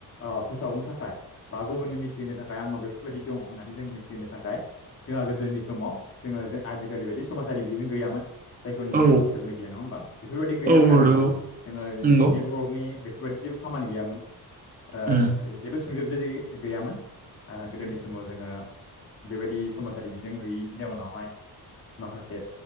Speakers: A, on the left (about 35°); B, on the right (about 25°).
A: ओ फोसावनो थाखाय बा गुबुननो मिथिहोनो थाखा खाय आंनाव बेफोरबायदि दङ' होननानै जोंङो मिथिहोनो थाखाय जोंहा गोदोनि समाव जोङो जोंङो आजिखालि बायदि समाजारि बिजों गैयामोन जायखौनो जोङो
B: औ
A: ससियेल मिडिया नङा होमबा? बेफोरबायदि गैयामोन
B: औ
A: आरोना
B: नंगौ
A: जोङो ओरैनो
B: नंगौ
A: नेटवर्कनि बेफोरबायदि जेबो खामानि गैयामोन ओ
B: उम
A: जेबो सुंजोबजोनि गैयामोन गोदोनि समाव जोङो बेबायदि समाजारि बिजों गैयैनि जाउनावहाय माखासे